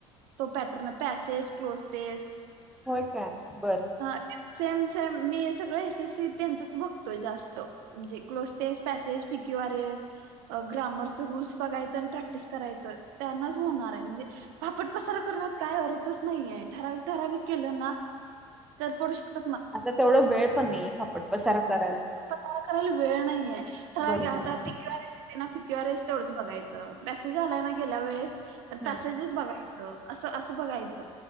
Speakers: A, on the right (about 60°); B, in the centre.
A: तो पॅटर्न पॅसेज क्लोथ टेस्ट
B: होय काय, बरं.
A: हा ते सेम सेम मी सगळं एस एससी त्यांचच बघतोय, जास्त म्हणजे क्लोजटेस्ट पॅसेज पिक्यू आरएस, ग्रामरचं रूल्स बघायचं आणि प्रॅक्टिस करायचं, त्यांनाच होणार आहे म्हणजे फापट पसार करण्यात काय अर्थच नाहीए, ठराविक ठराविक केलं ना, तर पडू शक <unintelligible>
B: आता तेवढं वेळ पण नाहीये फापट पसारा करायला
A: तयार करायला वेळ नाहीए,
B: बरोबर
A: <unintelligible>
B: आहे
A: क्यूर एस ना प्यूर एस तेथोडं बघयचं मेसेज झालाय ना गेल्या वेळेस <unintelligible> तर पॅसेजेस
B: हम्म
A: बघायचं असं असं बघायचं,